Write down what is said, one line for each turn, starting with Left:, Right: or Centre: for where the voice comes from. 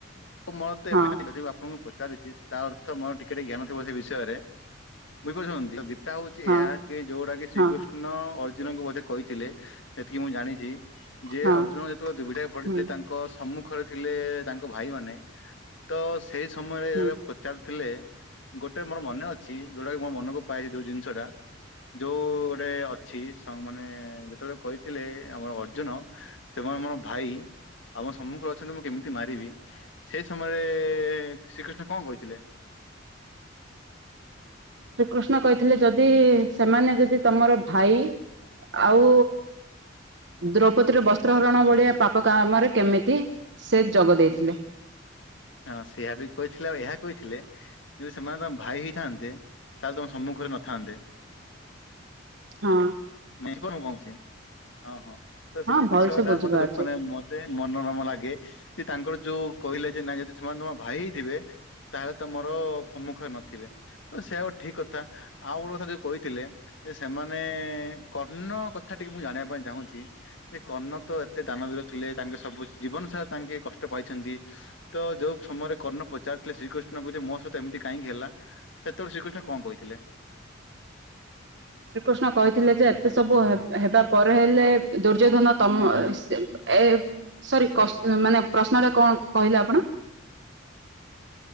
Left: ମୋର ତ
Right: ହଁ
Left: ଏମ ଆିଲ ଆପଣ ପଚାର ଦେଇଛି ତା ଅର୍ଥ ମୋର ଟିକେ ଟ ଜ୍ଞାନ ଥିବ ସେ ବିଷୟରେ ବୁଝିାରୁଛନ୍ତି ଆଉ ଗୀତ ତା ହଉଛି
Right: ହଁ
Left: ଏହା କି ଯୋଉଟା କି ଶ୍ରୀକୃଷ୍ଣ
Right: ହଁ
Left: ଅର୍ଜୁନଙ୍କୁ ବୋଧେ କହିଥିଲେ ସେତିକି ମୁଁ ଜାଣିଛି ଯିଏ
Right: ହଁ
Left: ଅର୍ଜୁନ ଯେତେବେଳେ ଦୁର୍ବିଧାକ ପଡିଥିଲେ
Right: ହୁଁ
Left: ତାଙ୍କ ସମ୍ମୁଖରେ ଥିଲେ ତାଙ୍କ ଭାଇମାନୋନ ତ ସେଇ ସମୟରେ
Right: ହୁଁ
Left: ଯେତବେଳେ ଚାଲଥିଲେ ଗୋଟେ ମୋର ମନେ ଅଛି ଯୋଉଟାକ ମୋ ମନକୁ ପାଛି ଯୋଉ ଜିନିଷଟା ଯୋଉ ଗୋଟେ ଅଛି ମାନେ ଯେତେବେଳେ କହିଥିଲେ ଆମର ଅର୍ଜୁନ ସେମାନେ ମୋର ଭାଇ ଆପ ସମ୍ମୁଖରେ ଅଛନ୍ତି ମୁଁ କେମିତି ମାରିବି ସେଇ ସମୟରେ ଶ୍ରୀକୃଷ୍ଣ କଣ କହିଥିଲେ
Right: ଶ୍ରୀକୃଷ୍ଣ କହିଥିଲେ ଯଦି ସେମାନେ ଯଦି ତମର ଭାଇ ଆଉ ଦ୍ରୌପଦୀର ବସ୍ତ୍ରହରଣ ଭଳିଆ ପାପ କାମରେ କେମିତି ସେ ଯୋଗ ଦେଇଥିଲେ
Left: ହଁ ସେଇଆ ବି କହିଥିଲେ ଆଉ ଏହା କହିଥିଲେ ଯଦି ସେମାନେ ତଙ୍କ ଭାଇ ହେଇଥାନ୍ତେ ତାହେଲେ ତମ ସମ୍ମୁଖରେ ନଥାନ୍ତେ
Right: ହଁ
Left: ନି ମୁଁ କହୁଛି ହଁ ହଁ ତ ସେ
Right: ହଁ
Left: ଜିନିଷ
Right: ଭଲସେ
Left: ଟା
Right: ବୁଝିପାରୁଛି
Left: ମତେ ବହୁତ ମାନେ େ ମନୋରମ ଲାଗେ ଯେ ତାଙ୍କର ଯୋଉ କହିଲେ ଯେ ନାଇ ଯଦି ସେମାନେ ତମ ଭାଇ ହେଇ ଥିବେ ତାହେଲେ ତମୋର ସମ୍ମୁଖରେ ନଥିବେ ତ ସେଇୟା ଗୋଟେ ଠିକ କଥା ଆଉ ଗୋଟେ କଥା ଯୋଉ କହିଥିଲେ ଯେ ସେମାନେ କର୍ଣ୍ଣ କଥା ଟିକେ ମୁଁ ଜାଣିବା ପାଇଁ ଚାହୁଁଛି ଏ କର୍ଣ୍ଣ ତ ଏତେ ଦାନବୀର ଥିଲେ ତାଙ୍କେ ସବୁ ଜୀବନ ସାରା ତାଙ୍କେ କଷ୍ଟ ପାଇଛନ୍ତି ତ ଯୋଉ ସମୟରେ କର୍ଣ୍ଣ ପଚାରଥିଲେ ଶ୍ରୀକୃଷ୍ଣ କୁ ଯେ ମୋ ସହିତ ଏମତି କାହିଁକି ହେଲା? ସେତେବେଳେ ଶ୍ରୀକୃଷ୍ଣ କଣ କହିଥିଲେ?
Right: ଶ୍ରୀକୃଷ୍ଣ କହିଥିଲେ ଯେ ଏତେ ସବୁ ହେ ହେବା ପରେ ହେଲେ ଦୁର୍ଯ୍ୟୋଧନ ତମ ସେ ଏ ସରି କସ୍ ମାନେ ପ୍ରଶ୍ନ ଟା କଣ କହିଲେ ଆପଣ?